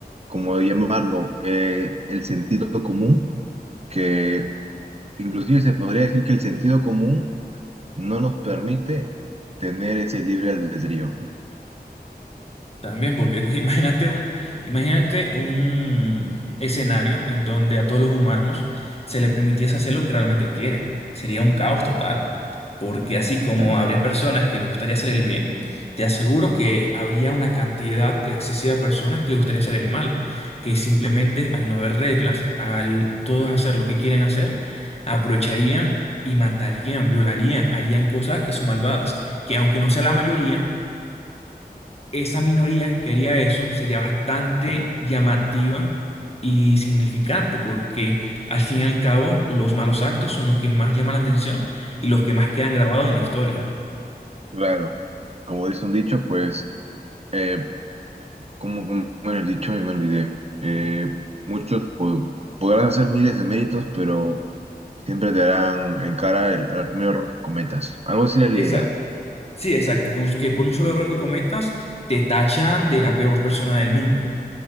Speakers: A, on the right (about 40°); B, on the left (about 40°).
A: como llamarlo, eh, el sentido común que inclusive se podría decir que el sentido común no nos permite tener ese libre albedrío.
B: También, porque <laughs> imagínate un, imagínate un escenario en donde a todos los humanos se les permitiese hacer lo que realmente quiere. Sería un caos total, porque así como
A: Tan-
B: habría personas que les gustaría hacer el bien, te aseguro que habría una cantidad excesiva de personas que les gustaría hacer el mal, que simplemente al no haber reglas, al todos hacer lo que quieren hacer, aprovecharían y matarían, violarían, harían cosas que son malvadas, que aunque no sea la mayoría, esa minoría que haría eso sería bastante llamativa y significante porque al fin y al cabo los malos actos son los que más llaman la atención y los que más quedan grabados en la historia.
A: Claro, como dice un dicho, pues, eh, como, como era el dicho, me olvidé. Eh, muchos po- podrás hacer miles de méritos, pero siempre te darán en cara el, al primer error que cometas. Algo así era la
B: Exacto.
A: idea,
B: Sí, exacto. Que, un- que por un solo error que cometas te tachan de la peor persona del mundo.